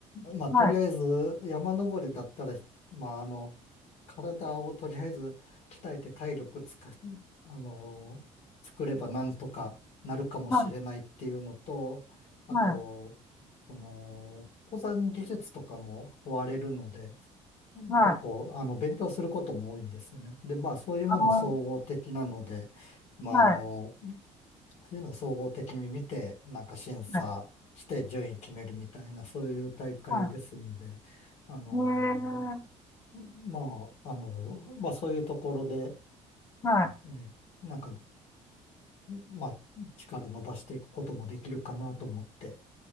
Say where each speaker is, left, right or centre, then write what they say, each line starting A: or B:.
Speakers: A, on the left; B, on the left.
A: まあ、とりあえず山登りだったら、
B: はい。
A: まあ、あの、体をとりあえず鍛えて体力つか、あのー作ればなんとかなるかもしれないっていうのと、
B: はい。
A: あと、
B: はい。
A: その、登山技術とかも問われるので、うん結構、
B: はい。はい。はい
A: あの、勉強することも多いんですよね。で、まあ、そういうもの総合的なので、
B: あー
A: まあ、
B: はい。
A: あの、そういうのを総合的に見て、なんか審査して順位決めるみたいな、
B: はい。
A: そういう大会ですんで、
B: はい。
A: あの、
B: へえ、
A: まあ、あの、まあ、そういうところで、
B: はい、
A: ね、なんか、まあ、力伸ばしていくこともできるかなと思って、